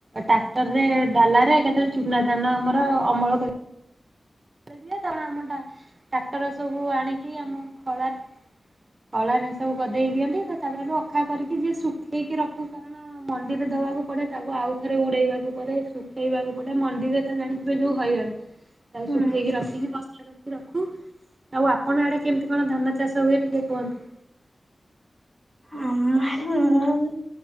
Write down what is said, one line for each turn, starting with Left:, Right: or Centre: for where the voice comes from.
Right: ଟାକ୍ଟରରେ ଡାଲାରେ ଏକାଥରେ ଚୁନା ଦାନ ଆମର ଅମଳ କରି କିଏ <inaudible> ଆମ ଟା ଟାକ୍ଟର ସବୁ ଆଣିକି ଆମ ଖଳାରେ ଖଳାରେ ସବୁ ଗଦେଇ ଦିଅନ୍ତି ଆଉ ତାପରେ ଅଖା କରିକି ଯିଏ ଶୁଖେଇକି ରଖୁ କାରଣ ମଣ୍ଡିରେ ଦବାକୁ ପଡେ ତାକୁ ଆଉ ଥରେ ଉଡେଇବାକୁ ପଡେ ଶୁଖେଇବାକୁ ପଡେ ମଣ୍ଡିରେ ତ ଜାଣି ଏବେ ଯୋଉ ହଇରାଣ। ତାକୁ
Centre: ହୁଁ
Right: ଶୁଖେଇକି ରଖିକି ବସ୍ତା ବାନ୍ଧିକି ରଖୁ। ଆଉ ଆପଣ ଆଡେ କେମିତି କଣ ଧାନ ଚାଷ ହୁଏ ଟିକେ କୁହନ୍ତୁ?
Centre: ଆମ ଆରେ ମୁଁ